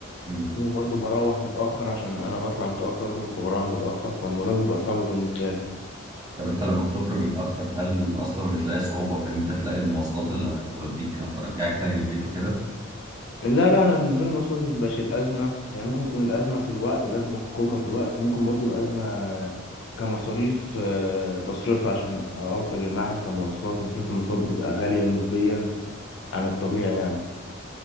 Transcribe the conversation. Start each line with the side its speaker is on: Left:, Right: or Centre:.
Right: مم.
Left: وبرضه بروح متأخر عشان أنا بطلع متأخر فبروح متأخر فالموضوع بيبقى صعب بالنسبة لي
Right: طب انت لما بتخرج متأخر هل اصلا بتلاقي صعوبة في ان انت تلاقي المواصلات اللي هتوديك هترجعك تاني البيت وكده
Left: لا لا أنا بالنسبة لي المواصلات بتبقاش الأزمة هي ممكن تكون الأزمة في الوقت والأزمة الكبرى في الوقت وممكن برضه الأزمة كمصاريف آه، بصرفها عشان أوصل للمعهد كمواصلات مصاريف المواصلات بتبقى غالية نسبيا عن الطبيعي يعني